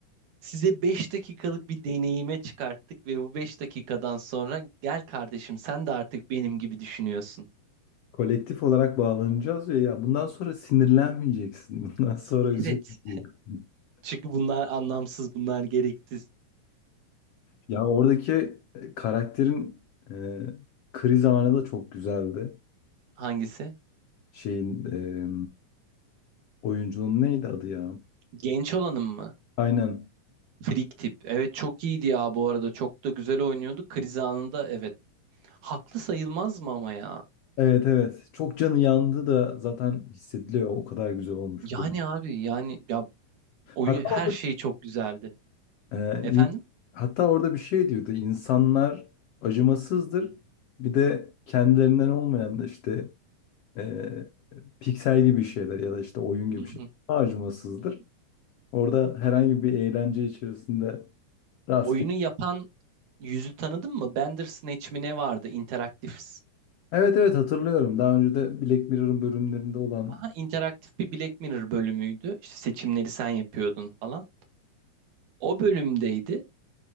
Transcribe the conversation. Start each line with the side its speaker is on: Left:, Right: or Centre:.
Right: size 5 dakikalık bir deneyime çıkarttık ve bu 5 dakikadan sonra gel kardeşim sen de artık benim gibi düşünüyorsun.
Left: Kolektif olarak bağlanacağız ya. Ya bundan sonra sinirlenmeyeceksin. <laughs> Bundan sonra üzülmeyeceksin.
Right: Evet. Çünkü bunlar anlamsız, bunlar gereksiz.
Left: Ya oradaki e, karakterin e, kriz anı da çok güzeldi.
Right: Hangisi?
Left: Şeyin e, oyuncunun neydi adı ya?
Right: Genç olanın mı?
Left: Aynen.
Right: Frik tip. Evet çok iyiydi ya bu arada. Çok da güzel oynuyordu. Kriz anında evet. Haklı sayılmaz mı ama ya?
Left: Evet evet. Çok canı yandı da zaten hissediliyor. O kadar güzel olmuş
Right: Yani
Left: böyle.
Right: abi yani ya oyun
Left: Hatta
Right: her
Left: orada
Right: şey çok güzeldi.
Left: Ee, in-
Right: Efendim?
Left: hatta orada bir şey diyordu. İnsanlar acımasızdır. Bir de kendilerinden olmayan da işte e, piksel gibi şeyler ya da işte oyun gibi
Right: Hı
Left: şeyler
Right: hı,
Left: daha acımasızdır.
Right: hı hı.
Left: Orada herhangi bir eğlence içerisinde rastgele.
Right: Oyunu yapan yüzü tanıdın mı? Bandersnatch mi ne vardı? İnteraktif.
Left: Evet evet hatırlıyorum. Daha önce de Black Mirror'ın bölümlerinde olan.
Right: Aha, interaktif bir Black Mirror bölümüydü. İşte seçimleri sen yapıyordun falan. O bölümdeydi.